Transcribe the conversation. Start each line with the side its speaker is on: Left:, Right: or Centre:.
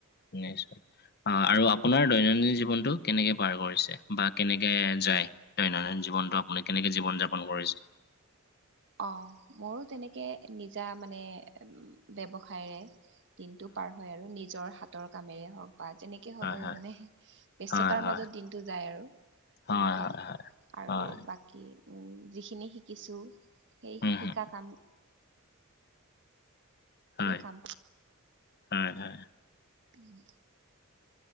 Left: <inaudible> অ' আৰু আপোনাৰ দৈনন্দিন জীৱনটো কেনেকে পাৰ কৰিছে বা কেনেকে যায় দৈনন্দিন জীৱনটো আপুনি কেনেকে জীৱন-যাপন কৰিছে
Right: অ' ময়ো তেনেকে নিজা মানে ব্যৱসায়েৰে দিনটো পাৰ হয় আৰু নিজৰ হাতৰ কামেৰে হওঁক বা যেনেক কে হওঁক
Left: হয়
Right: আৰু
Left: হয়
Right: মানে ব্যস্ততাৰ
Left: হয় হয়
Right: মাজত দিনটো যায় আৰু
Left: হয়
Right: তেনেকুৱা
Left: হয় হয়
Right: আৰু
Left: হয়
Right: বাক কি যিখিনি শিকিছোঁ সেই
Left: উম
Right: শিকা
Left: হম
Right: কাম
Left: হয়।
Right: এনে কাম
Left: হয় হয়
Right: উম